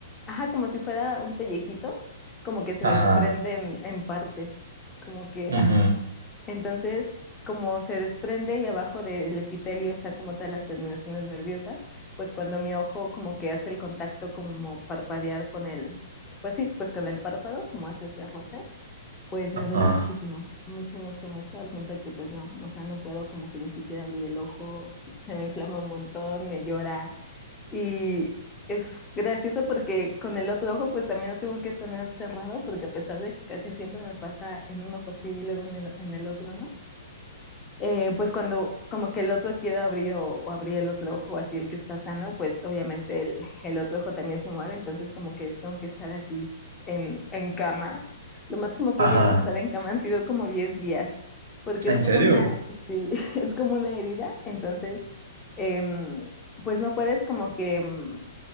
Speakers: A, on the left; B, on the right.
A: ajá, como si fuera un pellejito como que se desprende
B: Ajá,
A: en, en partes, como que,
B: Ujú.
A: ajá. Entonces, como se desprende y abajo del epitelio están como tal las terminaciones nerviosas, pues cuando mi ojo como que hace el contacto como parpadear con el, pues sí, pues con el párpado, como hace ese roce, pues me duele
B: ajá,
A: muchísimo, mucho, mucho, mucho, al punto de que pues no, o sea, no puedo como que ni siquiera abrir el ojo, se me inflama un montón, me llora, y es gracioso porque con el otro ojo pues también lo tengo que tener cerrado porque a pesar de que casi siempre me pasa en un ojo así y luego en el, en el otro, ¿no? Eh, pues cuando como que el otro quiero abrir o, o abrir el otro ojo así el que está sano, pues obviamente el, el otro ojo también se mueve, entonces como que tengo que estar así en, en cama. Lo máximo que
B: ajá.
A: he llegado a estar en cama han sido como 10 días, porque
B: ¿En
A: es como
B: serio?
A: una, sí, <laughs> es como una herida, entonces... em, pues no puedes como que mm,